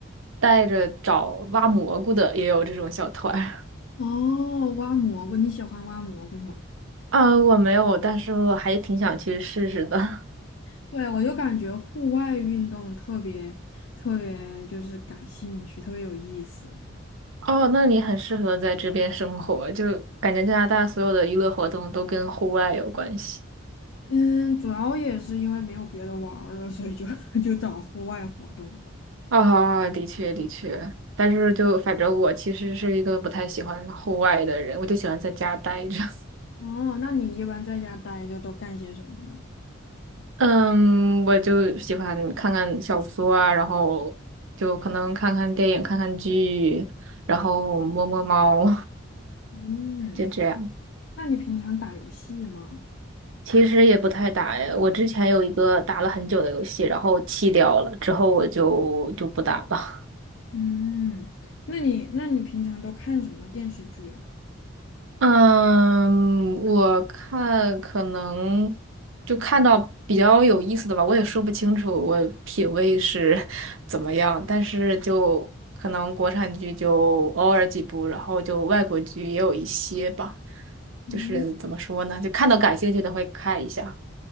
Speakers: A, on the right; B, on the left.
A: 带着找挖蘑菇的，也有这种小团儿
B: 哦，挖蘑菇，你喜欢挖蘑菇吗？
A: 啊，我没有，但是我还挺想去试试的。
B: 对，我就感觉户外运动特别特别就是感兴趣，特别有意思。
A: 哦，那你很适合在这边生活，就感觉加拿大所有的娱乐活动都跟户外有关系。
B: 嗯，主要也是因为没有别的玩儿了，所以就 <laughs> 就找户外活动吧。
A: 啊、的确的确，但是就反正我其实是一个不太喜欢户外的人，我就喜欢在家待着。<laughs>
B: 哦，那你一般在家待着都干些什么呢？
A: 嗯，我就喜欢看看小说啊，然后就可能看看电影、看看剧，然后摸摸猫，
B: 嗯。
A: <laughs> 就这样。
B: 那你平常打游戏吗？
A: 其实也不太打呀，我之前有一个打了很久的游戏，然后弃掉了，之后我就就不打了。
B: 嗯，那你那你平常都看什么电视剧啊？
A: 嗯，我看可能就看到比较有意思的吧，我也说不清楚我品味是 <laughs> 怎么样，但是就可能国产剧就偶尔几部，然后就外国剧也有一些吧，
B: 嗯，
A: 就是怎么说呢，就看到感兴趣的会看一下。